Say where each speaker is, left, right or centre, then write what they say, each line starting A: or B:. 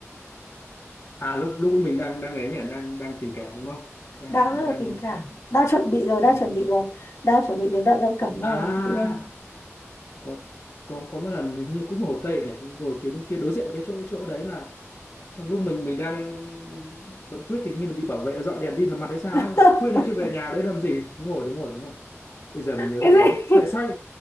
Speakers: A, on the left (about 55°); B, on the left (about 75°).
A: à lúc lúc mình đang đang ấy nhỉ đang đang tình cảm đúng không đang
B: đang rất
A: đang
B: là tình cảm đang chuẩn bị rồi đang
A: ừ.
B: chuẩn bị rồi đang chuẩn bị đến đoạn ân cần
A: À,
B: rồi chị em
A: có có có một lần hình như cũng Hồ Tây nhỉ ngồi phía bên kia đối diện cái chỗ chỗ đấy là trong lúc mình mình đang quấn quýt thì hình như là bị bảo vệ dọn đèn pin vào mặt hay sao
B: <laughs>
A: ấy bảo là, khuyên là chưa về nhà đấy làm gì đúng rồi đúng rồi đúng rồi bây giờ mình nhớ
B: cái
A: đoạn đấy
B: gì
A: tại sao